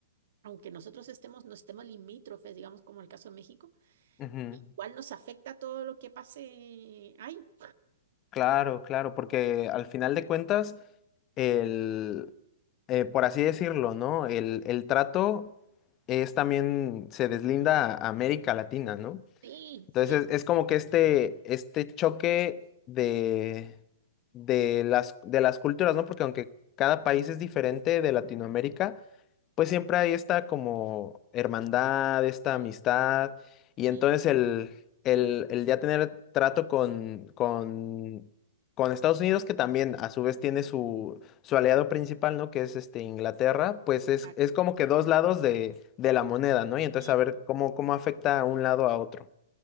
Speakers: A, on the right; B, on the left.
A: aunque nosotros estemos, no estemos limítrofes, digamos como el caso de México,
B: Ujú.
A: igual nos afecta todo lo que pase ahí.
B: Claro, claro, porque al final de cuentas, el, eh, por así decirlo, ¿no? El, el trato es también, se deslinda a América Latina, ¿no?
A: Sí,
B: Entonces
A: sí,
B: es, es como que este, este choque de, de las, de las culturas, ¿no? Porque aunque cada país es diferente de Latinoamérica, pues siempre hay esta como hermandad, esta
A: sí,
B: amistad, y
A: sí,
B: entonces el, el, el ya tener trato con, con, con Estados Unidos, que también a su vez tiene su, su aliado principal, ¿no? Que es este Inglaterra, pues es,
A: ah,
B: es como que dos lados de, de la moneda, ¿no? Y entonces
A: sí,
B: a ver cómo, cómo afecta a un lado a otro.